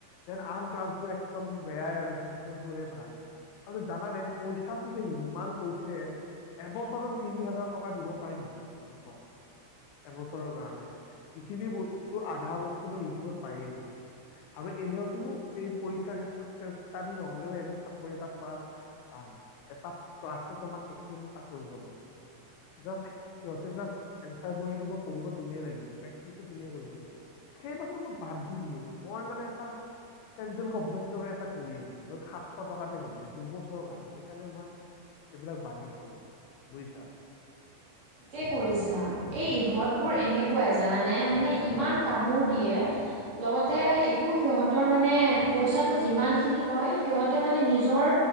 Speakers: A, on the left; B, on the right.
A: যেন আন ক্লাছবোৰ একদম বেয়াই আৰু সিহঁতৰ বোৰহে ভাল', আৰু জানানে পইচাটো যে ইমান কৈছে', এবছৰত তিনি হাজাৰ টকা দিব পাৰি নেকি তুমি কোৱা? এবছৰৰ কাৰণে, যিখিনি বস্তু আধা বস্তু মই ইউটিউবত পায়েই যাম', আৰু এনেওতো এই পৰীক্ষাৰ ক্ষেত্ৰত চেলফ ষ্টাডি নহ'লেও এনে চাকৰি এটা পাম', পাম, এটা ক্লাছে তোমাক একো এটা কৰিব নোৱাৰো জাষ্ট', সিহঁতে জাষ্ট, এনচাৰবোৰহে দিব, পঢ়িব তুমিয়ে লাগিব, পেক্টিছো তুমিয়ে কৰিব লাগিব', সেইবাবে মই বাদ দি দিলোঁ, মই মানে এটা', চেন্ট্ৰেল গভমেণ্টৰে এটা কৰি আছোঁ, য'ত সাতশ টকাতে হৈছে দুবছৰ কাৰণে সেইকাৰণে মই', এইবিলাক বাদ দিছোঁ আৰু বুজিছা', <unintelligible>
B: তাকে কৰিছা, এই ইহঁত বোৰ এনেকুৱাই জানানে, মানে ইমান কামোৰ দিয়ে', লগতে একো সিহঁতৰ মানে, পইচাটো যিমানখিনি কয় সিহঁতে মানে নিজৰ',